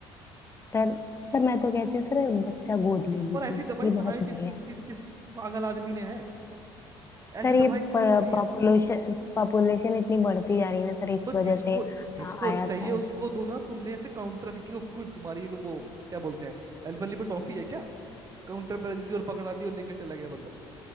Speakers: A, on the left; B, on the right.
A: सर सर मैं तो कहती हूँ सर बच्चा गोद ले लीजिए
B: और ऐसी दवाई
A: ये
B: बनाई
A: बहुत
B: किस
A: बढ़िया
B: किस
A: है
B: किस पागल आदमी ने है ऐसी
A: सर ये
B: दवाई किस
A: पॉपुलेशन
B: लिए बनाई है
A: पॉपुलेशन इतनी बढ़ती जा रही है ना सर इस
B: तो जिसको
A: वजह से
B: जिसको
A: आ, आया
B: चाहिए
A: था
B: उसको दो ना तुमने ऐसे काउंटर भी क्यों कोई तुम्हारी वो क्या बोलते हैं एल्बली में टॉफी है क्या काउंटर पे रख दी और पकड़ा दी और लेके चला गया बंदा